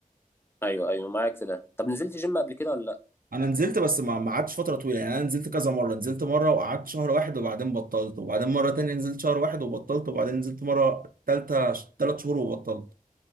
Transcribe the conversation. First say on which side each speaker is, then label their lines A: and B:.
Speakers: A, on the left (about 15°); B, on the right (about 85°).
A: ايوه ايوه معاك في ده طب نزلت جيم قبل كده ولا لا
B: انا نزلت بس ما ما قعدتش فتره طويله يعني انا نزلت كذا مره نزلت مره وقعدت شهر واحد وبعدين بطلت وبعدين مره تانية نزلت شهر واحد وبطلت وبعدين نزلت مره تالتة ثلاث شهور وبطلت